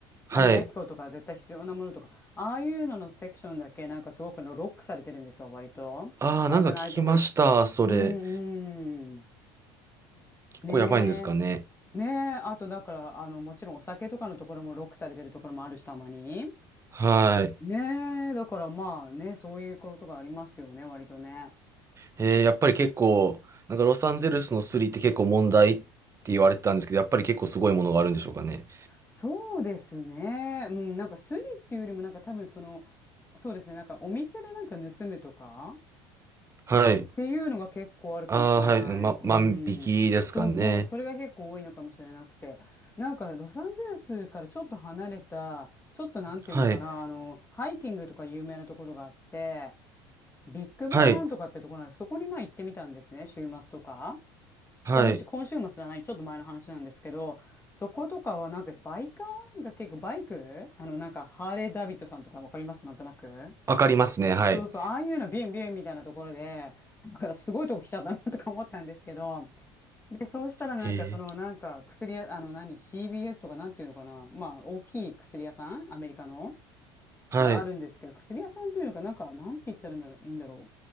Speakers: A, on the left; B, on the right.
A: 歯磨き粉とか絶対必要なものとか、
B: はい。
A: ああいうののセクションだけなんかすごくのロックされてるんですよ、割と。
B: ああ、
A: 危ないとこ行くと。
B: なんか聞きました。それ。
A: うんうん。
B: 結構やばいんですかね。
A: ねえ。ねえ。あと、だから、あの、もちろんお酒とかのところもロックされてるところもあるし、たまに。
B: はい。
A: ねえ。だから、まあね、そういうことがありますよね、割とね。
B: えー、やっぱり結構、なんかロサンゼルスのスリって結構問題って言われてたんですけど、やっぱり結構すごいものがあるんでしょうかね。
A: そうですね。うん、なんかスリっていうよりも、なんか多分その、そうですね、なんかお店でなんか盗むとか
B: はい。
A: っていうのが結構あるかもしれない。
B: ああ、はい。ま、
A: うん。
B: 万引きですかね。
A: そうそう。それが結構多いのかもしれなくて。なんか、ロサンゼルスからちょっと離れた、ちょっとなんていうのかな、
B: はい。
A: あの、ハイキングとか有名なところがあって、ビッグベアなんとかってところなんです。
B: はい。
A: そこにまあ行ってみたんですね、週末とか。
B: はい。
A: 今週、今週末じゃない、ちょっと前の話なんですけど、そことかはなんかバイカーが結構バイクあの、なんかハーレー・ダビッドさんとかわかりますなんとなく。
B: わかりますね。はい。
A: そうそう、ああいうのビュンビュンみたいなところで、なんか私すごいとこ来ちゃったなとか思ったんですけど、で、そうしたらなんかそのなんか薬屋、
B: へえ。
A: あの何、c b s とかなんていうのかな、まあ大きい薬屋さん、アメリカの、
B: はい。
A: があるんですけど、薬屋さんっていうのかなんか、なんて言ったらいいんだろう、いいんだろ